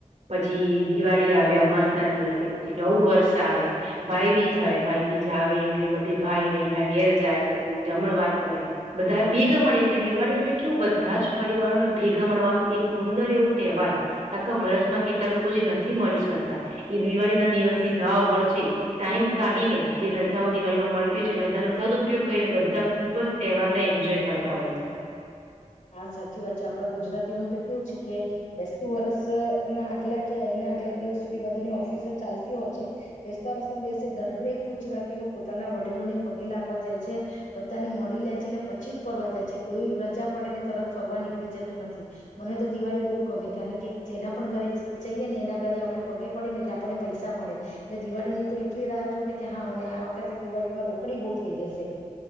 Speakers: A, on the right; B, on the left.
A: પછી. દિવાળી આવ્યા, અમાસ ના દિવસે. પછી નવું વર્ષ આવે ભાઈ, બીજ આવે ભાઈ બીજ, આવે એટલે બધે ભાઈ બહેન ના ઘેર જાય બધું, જમણવાર કરે બધા ભેગા મળે એટલે દિવાળી એટલે કેવું બધા જ, પરિવારોને ભેગા મળવાનો, એક મુંંદર એવો તહેવાર આખા વર્ષ. માં કેટલાક લોકો જે નથી મળી શકતા, એ દિવાળી ના દિવસથી નવા વર્ષે ટાઈમ કાઢીને જે રજાઓ દિવાળીમાં મળતી હોય છે, રજાનો સદ ઉપયોગ કરીને બધા ખૂબજ, તહેવારને એન્જોય કરતા હોય છે.
B: હા સાચી વાત છે આપડા ગુજરાતીઓનું તો કેવું છે, કે બેસતું વરસ ના આગલા કે એના આગલા દિવસ સુધી બધાની ઓફિસ ચાલતી હોય છે, બેસતા વરસ ના દિવસે દરેક ગુજરાતીઓ પોતાના વડીલોને પગે લાગવા જાય છે, બધાને મળી લે છેને, પછી જ ફરવા જાય છે, કોઈ રજા. પડે ને તરત ફરવા નીકળી જતું, નથી મને તો દિવાળી બહુ ગમે કારણ કે જેના, પણ ઘરે જઈએ ને એના ઘરે આપડણે પગે પડે ને એટલે આપણને, પૈસા મળે એટલે દિવાળીની તો એટલી રાહ જોય, ને કે હા મને આ વખતે દિવાળીમાં રોકડી બહુ થઈ, જશે.